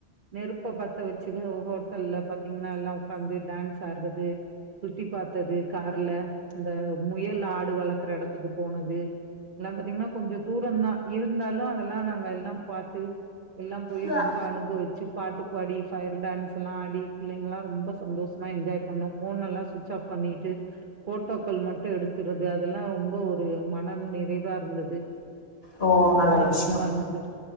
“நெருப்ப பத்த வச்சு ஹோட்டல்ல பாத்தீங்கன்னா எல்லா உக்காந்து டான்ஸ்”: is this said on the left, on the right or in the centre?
Right